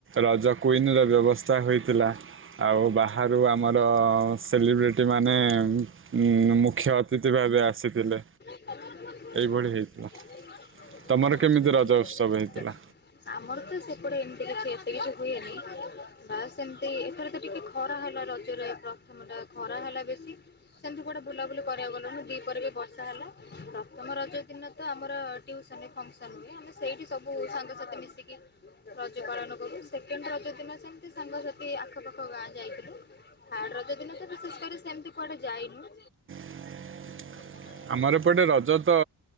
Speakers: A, on the right (about 35°); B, on the left (about 30°).
A: ରଜ କୁଇନର ବ୍ୟବସ୍ଥା ହୋଇଥିଲା ଆଉ ବା ହାରୁ ଆମର ସେଲିବ୍ରେଟିମାନେ ଉଁ ମୁଖ୍ୟଅତିଥି ଭାବେ ଆସିଥିଲେ।
B: <unintelligible>
A: ଏଇଭଳି ହେଇଥିଲା ତମର କେମିତି ରଜ ଉତ୍ସବ ହେଇଥିଲା
B: ଆମର ତ ସେପଟେ ଏମିତି କିଛି ଏତେ କିଛି ହୁଏନି ବାସ୍ ଏମିତି ଏଥର ତ ଟିକେ। ଖରା ହେଲା ରଜରେ ଏଥର ଖରା ହେଲା ବେଶୀ। ସେମିତି କୁଆଡେ ବୁଲାବୁଲି କରିବାକୁ ଗଲୁନୁ ଦି ପରେ ବି ବର୍ଷା ହେଲା ପ୍ରଥମ ରଜ ଦିନ। ତ ଆମର ଟିଉସନ ଫକସନ୍ ହୁଏ ଆମେ ସେଇଠି ସବୁ ସାଙ୍ଗସାଥି ମିଶିକି। ରଜ ପାଳନ କରୁ ସେକେଣ୍ଡ ରଜ ଦିନ ସେମିତି ସାଙ୍ଗସାଥି ଆଖପାଖ ଗାଁ। ଯାଇଥିଲୁ ଥାର୍ଡ ରଜ ଦିନ ତ ବିଶେଷ କରି ସେମିତି କୁଆଡେ ଯାଇନୁ।
A: <inaudible>
B: <inaudible>
A: ଆମର ଏପଟେ ରଜ ତ